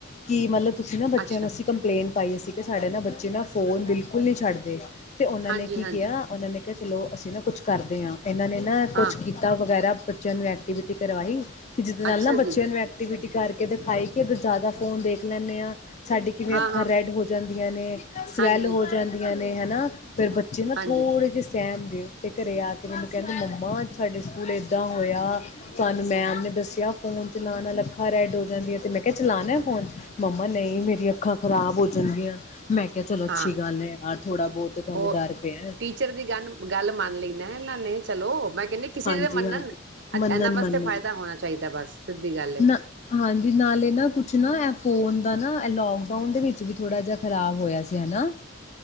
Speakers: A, on the left; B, on the right.
A: ਕਿ ਮਤਲਬ ਤੁਸੀਂ ਨਾ ਬੱਚਿਆਂ
B: ਅੱਛਾ
A: ਨੂੰ ਅਸੀਂ ਕੰਪਲੇਂਟ ਪਾਈ ਅਸੀ ਕਿ ਸਾਡੇ ਨਾ ਬੱਚੇ ਨਾ ਫੋਨ ਬਿਲਕੁਲ ਨਹੀਂ ਛੱਡਦੇ, ਤੇ ਉਹਨਾਂ
B: ਹਾਂਜੀ
A: ਨੇ ਕੀ
B: ਹਾਂਜੀ
A: ਕਿਹਾ ਉਹਨਾਂ ਨੇ ਕਿਹਾ ਚਲੋ ਅਸੀਂ ਨਾ ਕੁਛ ਕਰਦੇ ਹਾਂ ਇਹਨਾਂ ਨੇ ਨਾ ਕੁਛ
B: ਹਾਂ
A: ਕੀਤਾ ਵਗੈਰਾ ਬਚਯਾ ਨੂ ਐ - ਐਕਟੀਵਿਟੀ ਕਰਵਾਈ, ਕਿ ਜਿਹਦੇ ਨਾਲ
B: ਅੱਛਾ
A: ਨਾ
B: ਜੀ
A: ਬੱਚਿਆਂ ਨੂੰ ਐਕਟੀਵਿਟੀ ਕਰਕੇ ਦਿਖਾਈ ਕਿ ਅ ਜ਼ਿਆਦਾ ਫੋਨ ਦੇਖ ਲੈਂਦੇ ਹਾਂ ਸਾਡੀ ਕਿਵੇਂ
B: ਹਾਂ
A: ਅੱਖਾਂ
B: ਹਾਂ
A: ਰੈਡ ਹੋ ਜਾਂਦੀਆਂ ਨੇ, ਸਵੈਲ
B: ਹਾਂਜੀ
A: ਹੋ ਜਾਂਦੀਆਂ ਨੇ ਹੇਨਾ ਫਿਰ ਬੱਚੇ ਨਾ
B: ਹਾਂਜੀ
A: ਥੋੜੇ ਜਿਹੇ ਸਹੇਮਦੇ ਹੋ ਤੇ ਘਰੇ ਆ ਕੇ ਮੈਨੂੰ ਕਹਿੰਦੇ ਮੰਮਾ ਸਾਡੇ ਸਕੂਲ ਐਦਾਂ ਹੋਇਆ। ਸਾਨੂੰ ਮੈਮ ਨੇ ਦੱਸਿਆ ਫੋਨ ਚਲਾਣਾ ਲੱਖਾਂ ਰੈਡੋਜ਼ਾਂ ਦੀਆਂ ਤੇ ਮੈਂ ਕਿਹਾ ਚਲਾਣਾ ਫੋਨ? ਮੰਮਾ ਨਹੀਂ ਮੇਰੀ ਅੱਖਾਂ ਖਰਾਬ ਹੋਆਂ ਜਾਂਦੀ ਆ ਮੈਂ ਕਿਹਾ ਚਲੋ ਅੱਛੀ
B: ਹਾਂ
A: ਗੱਲ ਹੈ ਅੱਜ ਥੋੜਾ ਬਹੁਤ ਤੁਹਾਨੂੰ
B: ਉਹ
A: ਡਰ ਪਿਆ ਹੈ।
B: ਟੀਚਰ ਦੀ ਗੱਲ ਗੱਲ ਮੰਨ ਲੈਂਦਾ ਇਹਨਾਂ ਨੇ ਚਲੋ ਮੈਂ ਕਹਿੰਦੀ ਕਿਸੇ
A: ਹਾਂਜੀ,
B: ਦੇ ਮੰਨਣ
A: ਹਾਂਜੀ। ਮੰਨਣ-ਮੰਨਣ।
B: ਇਹਨਾਂ ਵਾਸਤੇ ਫਾਇਦਾ ਹੋਣਾ ਚਾਹੀਦਾ ਬਸ ਸਿੱਧੀ ਗੱਲ ਏ
A: ਨਾ, ਹਾਂਜੀ, ਨਾਲੇ ਨਾ ਕੁਛ ਨਾ ਏ ਫੋਨ ਦਾ ਨਾ ਲੋਕਡਾਊਨ ਦੇ ਵਿੱਚ ਵੀ ਥੋੜਾ ਜਹਾ ਖ਼ਰਾਬ ਹੋਇਆ ਸੀ ਹੈਨਾ?